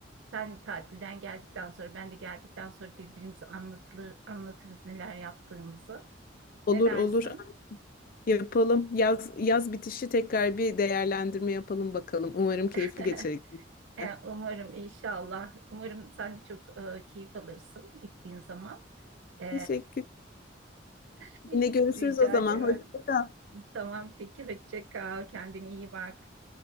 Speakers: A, on the right; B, on the left.
A: Sen tatilden geldikten sonra ben de geldikten sonra birbirimize anlatılır, anlatırız neler yaptığımızı.
B: Olur
A: Ne dersin?
B: olur yapalım. Yaz yaz bitişi tekrar bir değerlendirme yapalım bakalım. Umarım keyifli
A: <laughs>
B: geçer. ikimiz
A: E,
B: de.
A: umarım inşallah. Umarım sen de çok e, keyif alırsın gittiğin zaman. E,
B: Teşekkür.
A: <laughs>
B: Yine görüşürüz
A: rica
B: o zaman.
A: ederim.
B: Hoşça kal.
A: Tamam peki hoşça kal. Kendine iyi bak.